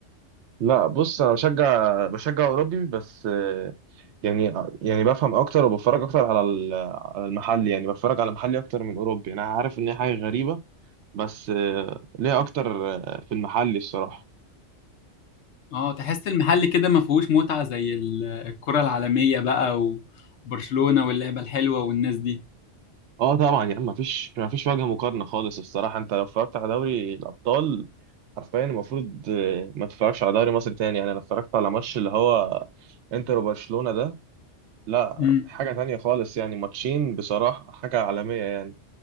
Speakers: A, on the right (about 70°); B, on the left (about 70°).
A: لا بص انا بشجع بشجع اوروبي بس آه، يعني يعني بفهم اكتر وبتفرج اكتر على ال- على المحلي يعني بتفرج على محلي اكتر من اوروبي انا عارف ان هي حاجه غريبه بس آه، ليه اكتر آه، في المحلي الصراحه
B: اه تحس المحل كده ما فيهوش متعة زي ال- آه، الكرة العالمية بقى وبرشلونة واللعبة الحلوة والناس دي
A: اه طبعا يعني ما فيش ما فيش وجه مقارنه خالص الصراحه انت لو اتفرجت على دوري الابطال حرفيا المفروض آه، ما تتفرجش على دوري مصر تاني يعني انا اتفرجت على ماتش اللي هو انتر وبرشلونه ده لا
B: امم
A: حاجه تانية خالص يعني ماتشين بصراحه حاجه عالميه يعني